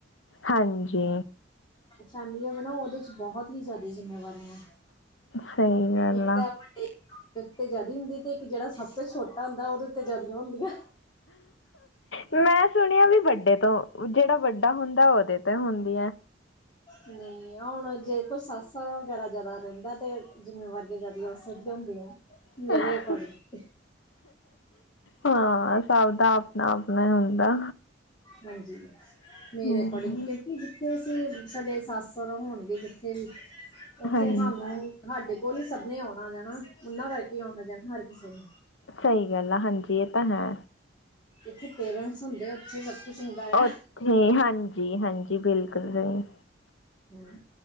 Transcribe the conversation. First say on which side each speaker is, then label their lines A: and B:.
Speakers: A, on the left (about 75°); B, on the left (about 25°).
A: ਹਾਂਜੀ।
B: ਫੈਮਿਲੀਆਂ ਵਾ ਨਾ ਉਹਦੇ ਬਹੁਤ ਹੀ ਜ਼ਿਆਦੀਆਂ ਜਿੰਮੇਵਾਰੀਆਂ।
A: ਸਹੀ ਗੱਲ
B: ਇੱਕ
A: ਆ।
B: ਤਾਂ ਵੱਡੇ ਉੱਤੇ ਜ਼ਿਆਦਾ ਹੁੰਦੀ ਤੇ ਇੱਕ ਜਿਹੜਾ ਸਭ ਤੋਂ ਛੋਟਾ ਹੁੰਦਾ। ਉਹਦੇ ਉੱਤੇ ਜਿਆਦੀਆਂ ਹੁੰਦੀਆਂ।
A: ਮੈਂ ਸੁਣਿਆ ਵੀ ਵੱਡੇ ਤੋਂ ਜਿਹੜਾ ਵੱਡਾ ਹੁੰਦਾ ਉਹਦੇ ਤੋਂ ਹੁੰਦੀਆ।
B: ਨਹੀਂ ਹੁਣ ਜੇ ਕੋਈ ਸੱਸ ਸੋਰਾ ਵਗੈਰਾ ਜ਼ਿਆਦਾ ਰਹਿੰਦਾ ਤੇ ਜਿੰਮੇਵਾਰੀਆਂ ਜ਼ਿਆਦਾ ਉਸੇ ਦੀਆਂ ਹੁੰਦੀਆਂ।
A: <unintelligible>
B: ਮੇਰੇ ਅਕੋਰਡਿੰਗ
A: ਹਾਂ, ਸਭ ਦਾ ਆਪਣਾ ਆਪਣਾ ਹੁੰਦਾ।
B: ਹਾਂਜੀ। ਮੇਰੇ
A: ਹਮ
B: ਅਕੋਰਡਿੰਗ ਕਿਉਂਕਿ ਜਿੱਥੇ <inaudible> ਸਾਡੇ ਸੱਸ ਸੋਰਾ ਹੋਣਗੇ ਜਿੱਥੇ ਵੀ ਉੱਥੇ
A: ਹਾਂਜੀ
B: ਹਾਨੂੰ ਹਾਡੇ ਕੋਲ ਹੀ ਸਭਨੇ ਆਉਣਾ ਜਾਣਾ ਉਹਨਾਂ ਕਰਕੇ ਆਉਣਾ ਜਾਣਾ ਹਰ ਕਿਸੇ ਨੇ
A: ਸਹੀ ਗੱਲ ਆ। ਹਾਂਜੀ, ਇਹ ਤਾਂ ਹੈ।
B: ਜਿੱਥੇ ਪੇਰੈਂਟਸ ਹੁੰਦੇ ਉੱਥੇ ਕੁਛ ਹੁੰਦਾ
A: ਉਥੇ
B: ਆ
A: ਹਾਂਜੀ, ਹਾਂਜੀ। ਬਿਲਕੁਲ ਸਹੀ।
B: ਹੂੰ।